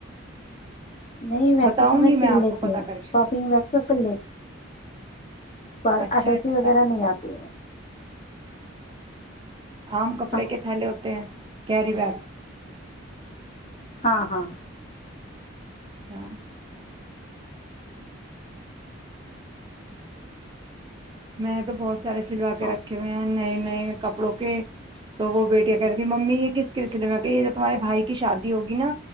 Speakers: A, on the left; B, on the right.
A: نہیں ویسے
B: بتاؤں
A: تو میں
B: گی
A: سل
B: آپ
A: لیتی
B: کو پتا
A: ہوں
B: کر کے
A: شاپنگ بیگ تو سل پر
B: اچھا
A: اٹیچی
B: اچھا
A: وغیرہ نہیں آتی
B: آام کپڑے
A: ہاں
B: کے تھالے ہوتے ہیں کیری بگ
A: ہاں ہاں
B: اچھا میں نے تو بہت سارے سلوا کے
A: صحیح
B: رکھے ہوئے ہیں نئے نئے کپڑوں کے تو وہ بیٹیا کہہ رہی تھی ممی یہ کس قس میں یہ جو تمہارے بھائی کی شادی ہوگی نا